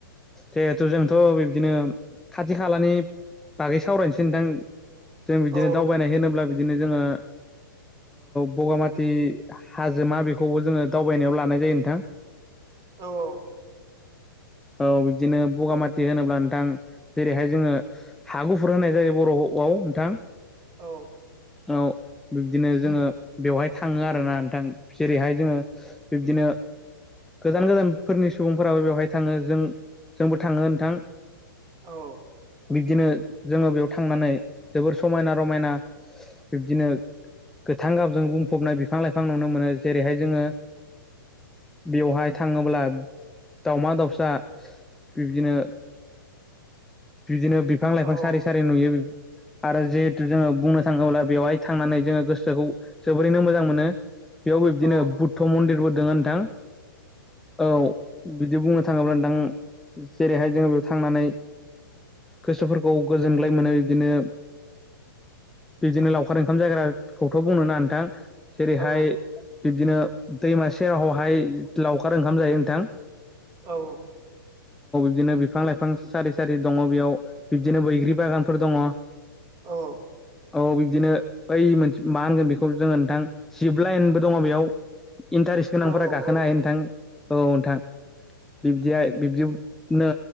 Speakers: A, in the centre; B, on the right.
A: जिहेथु जोंथ' बिबदिनो खाथि खालानि बागै सावरायनोसै नोंथां जों बिदिनो
B: औ
A: दावबायनाय होनोब्ला बिदिनो जोङो बगामाथि हाजोमा बेखौबो जोङो दावबायनायाव लानाय जायो नोंथां।
B: औ औ
A: औ बिब्दिनो बगामाथि होनोब्ला नोंथां जेरैहाय जोङो हा गुफुर होनाय जायो बर'आव औ नोंथां।
B: औ
A: औ बिब्दिनो जोंङो बेवहाय थांङो आरोना नोंथां जेरैहाय जोंङो बिब्दिनो गोजान गोजानफोरनि सुबुंफोराबो बेवहाय थांङो जों जोंबो थांङो नोंथां
B: औ
A: बिब्दिनो जोंङो बेयाव थांनानै जोबोर समायना रमायना बिब्दिनो गोथां गाबजों बुंफबनाय बिफां लाइफां नुनो मोनो जेरैहाय जोंङो बेवहाय थांङोब्ला दाावमा दाउ सा बिब्दिनो बिदिनो बिफां लाइफां
B: औ
A: सारै सारै नुयो आरो जिहेथु जोंङो बुंनो थाङोब्ला बेवहाय थांनानै जोंङो गोसोखौ जोबोरैनो मोजां मोनो। बेयाव बिबदिनो
B: औ
A: बुद्ध मन्दिरबो
B: नंगौ
A: दंङ नोंथां
B: नंगौ
A: औ बिदि बुंनो थांङोब्ला दां जेरैहाय जोंङो बेयाव थांनानै गोसोफोरखौ गोजोनग्लाय मोनो बिदिनो बिदिनो लावखार ओंखाम जायाग्राखौथ' बुंनो ना नोंथां। जेरैहाय
B: औ
A: बिब्दिनो दैमा सेराहावहाय लावखार ओंखाम जायो नोंथां।
B: औ
A: बिदिनो बिफां लाइफां सारि सारि दंङ बेयाव बिब्दिनो बैग्रि बागानफोर दंङ
B: औ
A: औ बिब्दिनो ओइ मोनसे मा होनगोन बेखौ जोंङो नोंथां जिब लाइनबो दङ बेयाव इन्टारेस्ट गोनांफोरा
B: औ
A: गाखोनो
B: औ
A: हायो नोंथां औ नोंथां। बिब्दिहाय बिब्दिनो